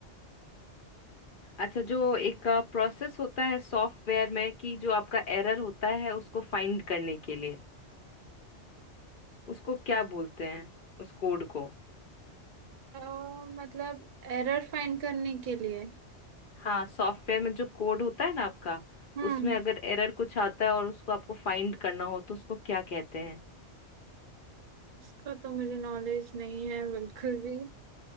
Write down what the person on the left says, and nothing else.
अच्छा जो एक प्रोसेस होता है सॉफ्टवेयर में कि जो आपका एरर होता है उसको फाइंड करने के लिए उसको क्या बोलते हैं उस कोड को
हाँ सॉफ्टवेयर में जो कोड होता है ना आपका
उसमें अगर एरर कुछ आता है और उसको आपको फाइंड करना हो तो उसको क्या कहते हैं